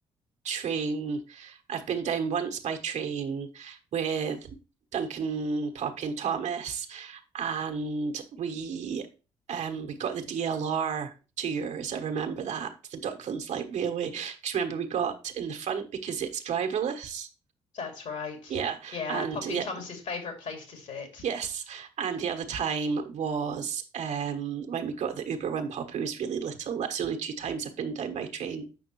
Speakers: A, on the right; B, on the left.
A: train. I've been down once by train with Duncan, Poppy, and Thomas, and we um, we got the DLR two years. I remember that the Docklands Light Railway. Because remember, we got in the front because it's driverless.
B: That's right.
A: Yeah,
B: Yeah,
A: and
B: Poppy
A: yeah,
B: and Thomas's favorite place to sit.
A: yes, and the other time was um, when we got the Uber when Poppy was really little. That's the only two times I've been down by train.